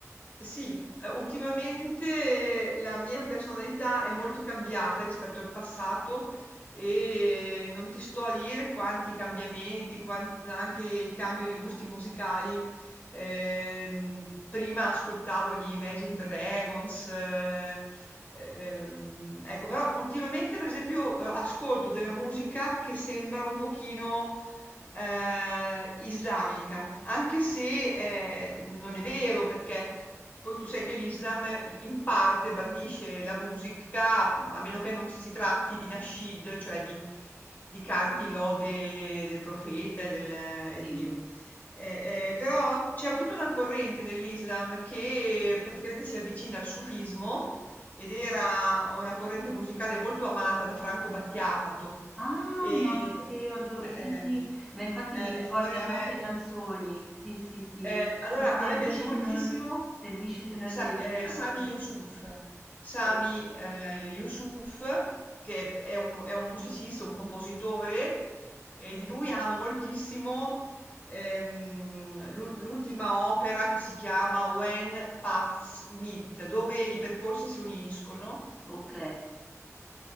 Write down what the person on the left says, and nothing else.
sì, eh, ultimamente la mia personalità è molto cambiata rispetto al passato e non ti sto a dire quanti cambiamenti, quan- anche il cambio di gusti musicali. Ehm, prima ascoltavo gli Imagine Dragons, eh, ehm, ecco, però ultimamente per esempio eh, ascolto della musica che sembra un pochino eh, islamica, anche se eh, non è vero perché poi tu sai che l'Islam in parte bandisce la musica, a meno che non si tratti di nascid, cioè di di canti lode del profeta e, del- e
di Dio. Eh, eh, però c'è tutta una corrente nell'Islam che praticamente si avvicina al sufismo ed era una corrente musicale molto amata da Franco Battiato.
E,
eh,
eh,
allora
a me,
eh, allora,
a me piace moltissimo
Sa-
eh,
Sami Yusuf. Sami
eh, Yusuf, che è un, è un musicista, un compositore, e di lui amo moltissimo ehm, l'u- l'ultima opera che si chiama When Paths Meet, dove i percorsi si uniscono.